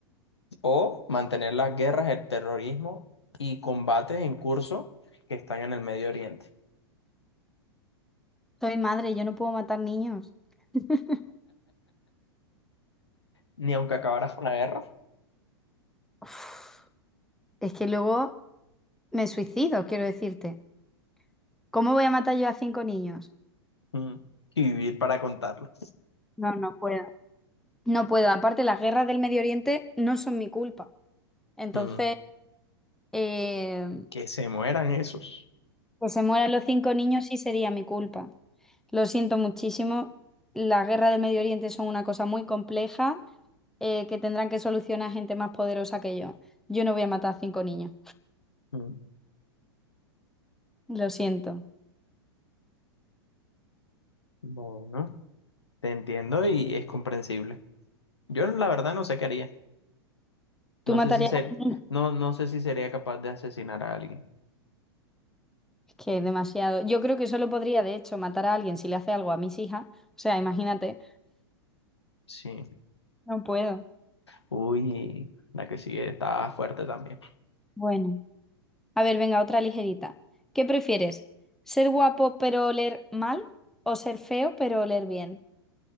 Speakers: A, on the left (about 80°); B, in the centre.
A: ¿O mantener las guerras, el terrorismo y combates en curso que están en el Medio Oriente?
B: Soy madre, yo no puedo matar niños. <laughs>
A: Ni aunque acabaras con la guerra,
B: Uf, es que luego me suicido, quiero decirte. ¿Cómo voy a matar yo a cinco niños?
A: mm, y vivir para contarlo.
B: No, no puedo. No puedo. Aparte, las guerras del Medio Oriente no son mi culpa. Entonces,
A: Mm,
B: eh,
A: que se mueran esos.
B: que se mueran los cinco niños sí sería mi culpa. Lo siento muchísimo. Las guerras del Medio Oriente son una cosa muy compleja eh, que tendrán que solucionar gente más poderosa que yo. Yo no voy a matar a cinco niños.
A: Mm,
B: Lo siento.
A: Bueno, te entiendo y es comprensible. Yo la verdad no sé qué haría.
B: ¿Tú
A: No
B: matarías
A: sé si ser,
B: a niños?
A: no, no sé si sería capaz de asesinar a alguien.
B: Que demasiado. Yo creo que solo podría, de hecho, matar a alguien si le hace algo a mis hijas. O sea, imagínate,
A: Sí.
B: no puedo.
A: Uy, la que sigue está fuerte también.
B: Bueno, a ver, venga, otra ligerita. ¿Qué prefieres? ¿Ser guapo pero oler mal o ser feo pero oler bien?